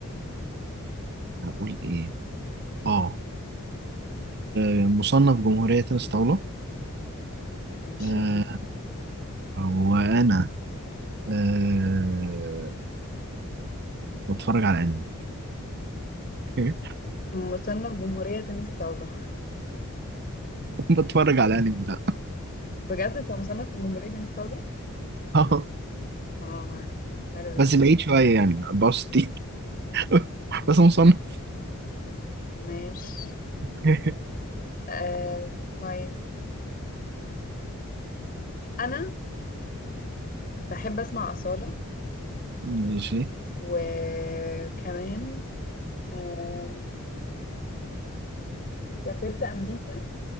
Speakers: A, on the right; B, on the left.
A: هقول إيه آه أه، مصنف جمهورية تنس طاولة
B: ماشي
A: أه آه، وأنا أه بتفرج على أنمي <laughs>
B: مصنف جمهورية تنس طاولة
A: بتفرج على أنمي لأ
B: بجد انت مصنف جمهورية تنس طاولة؟
A: <laughs>
B: واو حلو ده
A: بس بعيد شوية يعني 64 <laughs> بس مصنف
B: ماشي
A: <laughs>
B: آه طيب انا بحب اسمع أصالة
A: ماشي
B: وكمان آم، سافرت امريكا